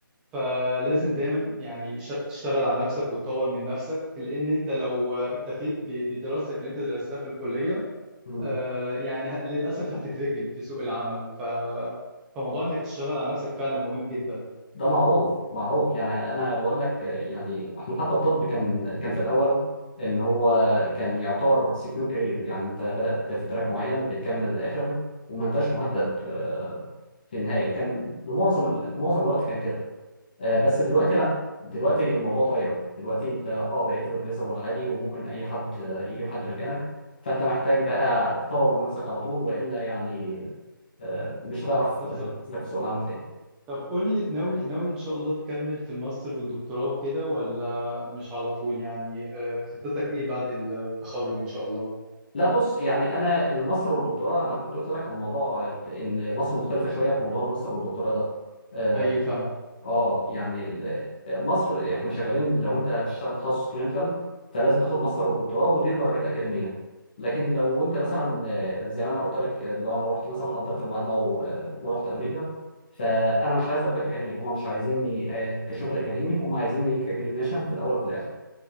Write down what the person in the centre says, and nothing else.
فلازم دايما يعني ش- تشتغل على نفسك وتطور من نفسك لان انت لو اكتفيت ب- بدراستك اللي انت درستها في الكليه
آه، يعني ه- للأسف هتتركن في سوق العمل ف... فموضوع إنك تشتغل على نفسك فعلا مهم جدا
بالظبط
طب قولي ناوي ناوي إن شاء الله تكمل في الماستر والدكتوراه وكده ولا مش على طول يعني آه، خطتك إيه بعد التخرج إن شاء الله
حقيقي فعلا